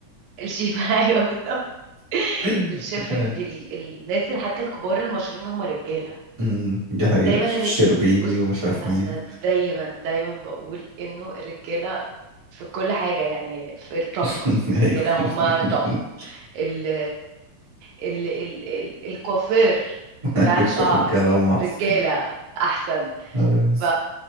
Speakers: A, on the right; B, on the right.
A: الشيفة <laughs> أيوه بالظبط <laughs>
B: <laughs>
A: الشيف
B: أيوة.
A: ال- دي ال- الناس اللي حتى الكبار المشهورين هم رجالة
B: أمم، دي حقيقه
A: دايما
B: شيف
A: الرج...
B: شربيني
A: بص
B: ومش عارف
A: انا
B: مين
A: دايما دايما بقول انه الرجالة في كل حاجة يعني في الطبخ
B: <laughs>
A: الرجالة
B: ايوه
A: هم
B: <laughs>
A: توب ال ال ال ال الكوافير بتاع
B: ايوه
A: الشعر
B: الرجاله ومعص
A: رجالة احسن
B: ايوه
A: ف